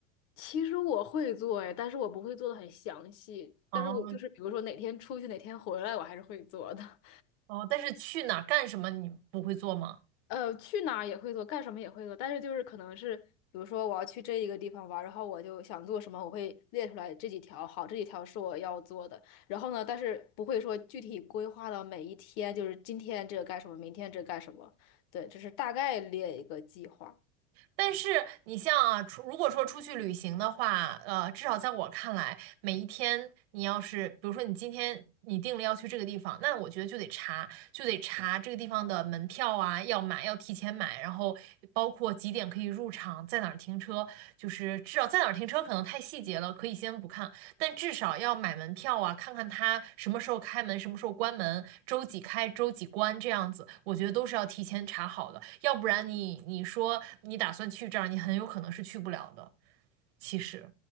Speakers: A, on the left; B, on the right.
A: 其实我会做哎，但是我不会做的很详细。
B: 哦
A: 但是我就是比如说哪天出去，哪天回来，我还是会做的。
B: 哦，但是去哪儿干什么你不会做吗？
A: 呃，去哪儿也会做，干什么也会做。但是就是可能是，比如说我要去这一个地方玩儿然后我就想做什么，我会列出来这几条。好，这几条是我要做的。然后呢，但是不会说具体规划到每一天，就是今天这个干什么，明天这个干什么。对，只是大概列一个计划。
B: 但是你像啊，出如果说出去旅行的话，呃，至少在我看来，每一天你要是，比如说你今天你定了要去这个地方，那我觉得就得查，就得查这个地方的门票啊，要买，要提前买，然后包括几点可以入场，在哪儿停车，就是至少在哪儿停车可能太细节了，可以先不看，但至少要买门票啊，看看它什么时候开门，什么时候关门，周几开，周几关这样子，我觉得都是要提前查好的，要不然你你说你打算去这儿，你很有可能是去不了的。其实，